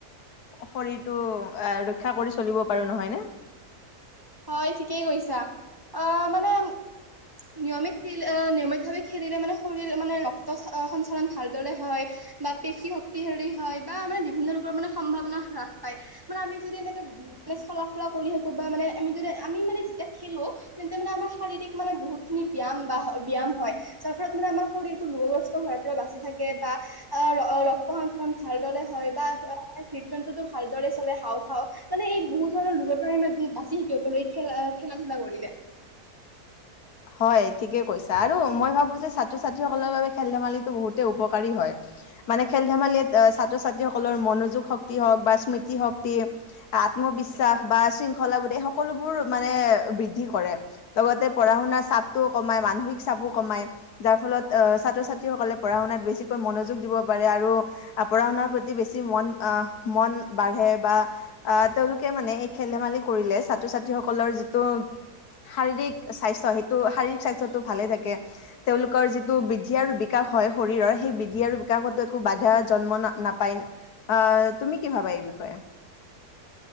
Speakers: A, on the left (about 80°); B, on the right (about 15°).
A: শৰীৰটো ৰক্ষা কৰি চলিব পাৰোঁ নহয়নে
B: হয় ঠিকেই কৰিছা অ মানে <unintelligible> নিয়মিত খেল নিয়মিতভাৱে খেলিলে মানে শৰীৰ মানে ৰক্ত সঞ্চালন ভালদৰে হয় বা পেশী শক্তি হেৰি হয় বা মানে বিভিন্ন লোকৰ মানে সম্ভাৱনা হ্ৰাস পায় মানে আমি যদি এনেকে <unintelligible> মানে চলা ফুৰা কৰি থাকো বা মানে <unintelligible> আমি যদি আমি মানে যেতিয়া খেলো তেন্তে মানে আমাৰ শাৰীৰিক মানে বহুত খিনি ব্যায়াম বা ব্যায়াম হয়। যাৰ ফলত মানে আমাৰ শৰীৰটো ৰোগগ্ৰস্ত হোৱাৰ পৰা বাচি থাকে বা ৰক্ত সঞ্চলন ভালদৰে হয়। <unintelligible> হয় বা অ হ হৃদযন্ত্ৰটো ভালদৰে চলে হাওঁফাওঁ মানে এই বহুত ধৰণৰ ৰোগৰ পৰা কি বাচি থাকিব পাৰো এই খেলা, খেলা ধূলা কৰিলে।
A: হয় ঠিকেই কৈছা আৰু মই ভাবো যে ছাত্ৰ ছাত্ৰীসকলৰ বাবে খেল-ধেমালিটো বহুতেই উপকাৰী হয়। মানে খেল-ধেমালিত ছাত্ৰ-ছাত্ৰীসকলৰ মনোযোগ শক্তি হওক বা স্মৃতি শক্তি, আত আত্মবিশ্বাস বা শৃংখলা বুলি সকলোবোৰ মানে বৃদ্ধি কৰে। লগতে পঢ়া-শুনা চাপটোও কমায়, মানসিক চাপো কমায়। যাৰ ফলত অ ছাত্ৰ-ছাত্ৰীসকলে পঢ়া-শুনাত বেছিকৈ মনযোগ দিব কিব পাৰে আৰু পঢ়া শুনাৰ প্ৰতি বেছি মন অহ মন বাঢ়ে বা আ লোকে মানে এই খেল ধেমালি কৰিলে ছাত্ৰ-ছাত্ৰীসকলৰ যিটো শাৰীৰিক স্বাস্থ্য সেই টো শাৰীৰিক স্বাস্থ্যটো ভালে থাকে। তেওঁলোকৰ যিটো বৃদ্ধি আৰু বিকাশ হয় শৰীৰৰ, সেই বৃদ্ধি আৰু বিকাশতো একো বাধা জন্ম ন নাপায়। আহ তুমি কি ভাবা এই বিষয়ে?